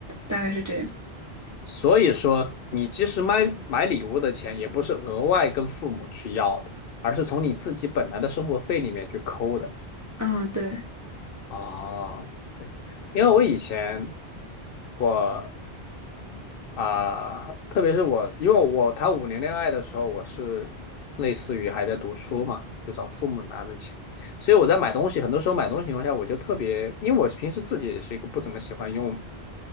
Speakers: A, on the right; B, on the left.
A: 大概是这样。
B: 所以说，你即使买买礼物的钱，也不是额外跟父母去要的，而是从你自己本来的生活费里面去抠的
A: 嗯，对，
B: 啊。对。因为我以前我啊、特别是我，因为我谈五年恋爱的时候，我是类似于还在读书嘛，就找父母拿的钱，所以我在买东西，很多时候买东西情况下，我就特别，因为我平时自己也是一个不怎么喜欢用，